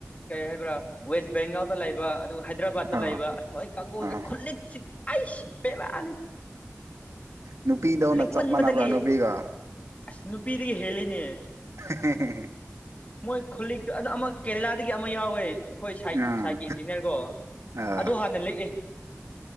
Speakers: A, on the left; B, on the right.
A: ꯀꯩ ꯍꯥꯏꯕ꯭ꯔꯥ ꯋꯦꯁ ꯕꯦꯡꯒꯜꯗ ꯂꯩꯕ ꯑꯗꯨ ꯍꯥꯏ ꯇ ꯂꯩꯕ
B: ꯑꯥ
A: ꯑꯁ ꯃꯣꯏ ꯀꯥꯡꯕꯨꯁꯦ
B: ꯑꯥ
A: ꯈꯨꯂꯤꯛꯁꯤꯗꯤ ꯑꯩꯁ ꯕꯦꯔꯥꯅꯤ
B: ꯅꯨꯄꯤꯗꯧꯅ
A: ꯂꯤꯛꯃꯟꯕꯗꯒꯤ
B: ꯆꯞ ꯃꯥꯟꯅꯕ꯭ꯔꯥ ꯅꯨꯄꯤꯒ
A: ꯑꯁ ꯅꯨꯄꯤꯗꯒꯤ ꯍꯦꯜꯂꯦꯅꯦ
B: ꯍꯦ ꯍꯦ ꯍꯦ ꯍꯦ
A: ꯃꯣꯏ ꯈꯨꯜꯂꯤꯛꯇꯨ ꯑꯗꯨ ꯑꯃ ꯀꯦꯔꯦꯂꯥꯗꯒꯤ ꯑꯃ ꯌꯥꯎꯑꯦ ꯑꯩꯈꯣꯏ ꯁꯥꯏꯠ
B: ꯑꯥ
A: ꯁꯥꯏꯠꯀꯤ ꯏꯟꯖꯤꯅꯤꯌꯥꯔ ꯀꯣ
B: ꯑꯥ
A: ꯑꯗꯣ ꯍꯥꯟꯅ ꯂꯤꯛꯑꯦ